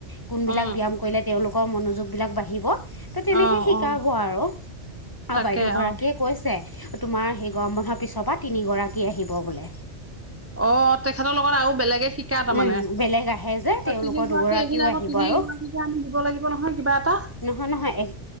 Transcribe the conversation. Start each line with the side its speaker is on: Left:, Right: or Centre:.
Left: কোনবিলাক
Right: উম
Left: ব্যাম কৰিলে তেওঁলোকৰ মনোযোগ বিলাক বাঢ়িব। ত' তেনেকে
Right: অ
Left: শিকাব
Right: অ
Left: আৰু, আৰু
Right: তাকে
Left: বাইদেউ গৰাকীয়ে
Right: অ
Left: কৈছে তোমাৰ, সেই গৰম বন্ধৰ পিছৰ পৰা তিনিগৰাকী আহিব বোলে।
Right: অ' তেখেতৰ লগত আৰু বেলেগে শিকাই তাৰমানে।
Left: উম
Right: এ,
Left: বেলেগ আহে যে তেওঁলোকৰ
Right: তিনিগৰাকী
Left: দুগৰাকীও
Right: আহিলে আকৌ
Left: আহিব
Right: তি-
Left: আৰু
Right: আমি <unintelligible> দিব লাগিব নহয় কিবা এটা।
Left: নহয় নহয়, এ,